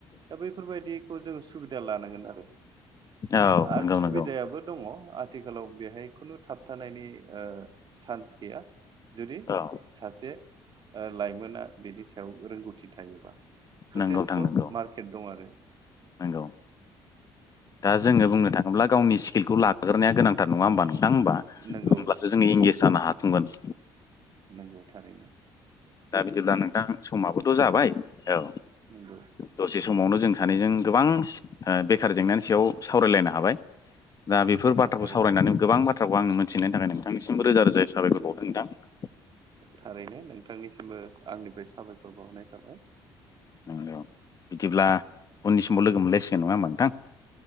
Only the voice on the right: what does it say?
दा बैफोरबायदिखौ जों सुबिदा लानांगोन आरो
आरो
सुबिदायाबो
दङ। आथिखालाव बेहाय खुनु थाबथानायनि ओ सान्स गैया जुदि
सासे। ओ लाइमोना बेनि सायाव रोंगौथि थायोबा। जथेस्थ'
मार्केट दं आरो।
नंगौ
नंगौथारैनो।
नंगौ
नंगौ
थारैनो
थारैनो नोंथांनिसिमबो आंनिफ्राय साबायखर बावहरनाय थाबाय।